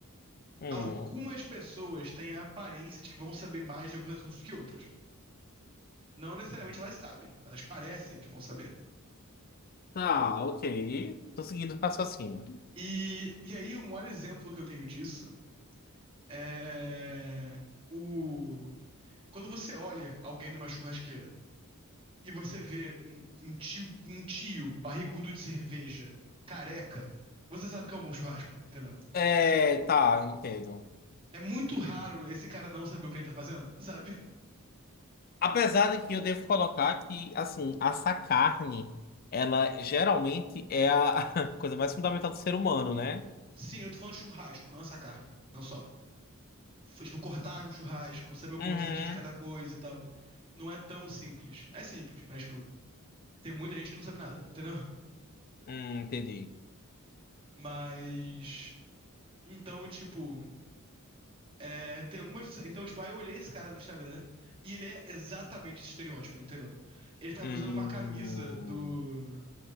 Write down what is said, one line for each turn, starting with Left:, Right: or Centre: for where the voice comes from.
Left: Hum.
Right: algumas pessoas têm a aparência de que vão saber mais de alguns assuntos do que outras. Não necessariamente elas sabem, elas parecem que vão saber.
Left: Tá, ok. Tô seguindo o raciocínio.
Right: E, e aí, o maior exemplo que eu tenho disso é o. Quando você olha alguém numa churrasqueira e você vê um, um tio, um tio barrigudo de cerveja, careca, você sabe que é um bom churrasco, entendeu?
Left: É, tá, entendo.
Right: É muito raro esse cara não saber o que ele tá fazendo, sabe?
Left: Apesar de que eu devo colocar que, assim, essa carne, ela geralmente é a <laughs> coisa mais fundamental do ser humano, né?
Right: Sim, eu tô falando de churrasco, não essa carne, não só. tipo, cortar o churrasco, saber o ponto
Left: Uhum.
Right: certinho de cada coisa e tal. Não é tão simples. É simples, mas, tipo, tem muita gente que não sabe nada, entendeu? <laughs>
Left: Hum, entendi.
Right: Mas. Então, tipo. é, tem algumas. Então, tipo, aí eu olhei esse cara no Instagram e ele é exatamente esse estereótipo, entendeu? Ele tava
Left: Hum.
Right: usando uma camisa do.